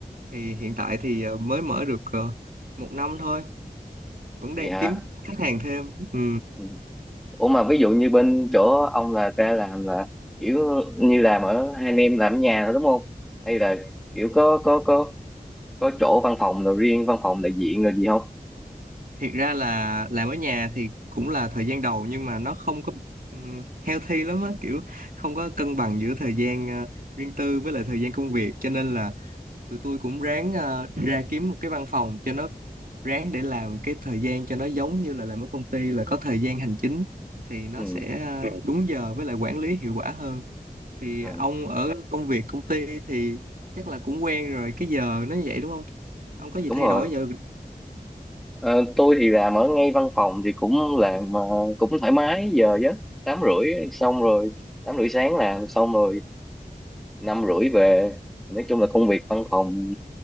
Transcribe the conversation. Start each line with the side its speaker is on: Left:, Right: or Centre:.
Right: thì hiện tại thì ờ, mới mở được ờ, một năm thôi, vẫn
Centre: vậy
Right: đang
Centre: hả
Right: kiếm khách hàng thêm. Ừ,
Centre: ừ. ủa mà ví dụ như bên chỗ ông là ra làm là kiểu như làm ở hai anh em làm ở nhà thôi đúng không hay là kiểu có có có có chỗ văn phòng rồi riêng văn phòng đại diện rồi gì không
Right: thiệt ra là làm ở nhà thì cũng là thời gian đầu nhưng mà nó không có um, healthy lắm á kiểu không có cân bằng giữa thời gian ờ, riêng tư với lại thời gian công việc cho nên là tụi tôi cũng ráng ờ, ra kiếm một cái văn phòng cho nó ráng để làm cái thời gian cho nó giống như là làm ở công ty là có thời gian hành chính thì nó
Centre: Ừ.
Right: sẽ ờ, Ừ. đúng giờ với lại quản lý hiệu quả hơn thì
Centre: Ờ,
Right: ông ở công việc công ty thì chắc là cũng quen rồi cái giờ nó vậy đúng không ông có gì
Centre: đúng
Right: thay
Centre: rồi
Right: đổi giờ
Centre: Ờ, tôi thì làm ở ngay văn phòng thì cũng làm ờ, cũng thoải mái giờ chứ tám rưỡi xong rồi tám rưỡi sáng làm xong rồi năm rưỡi về nói chung là công việc văn phòng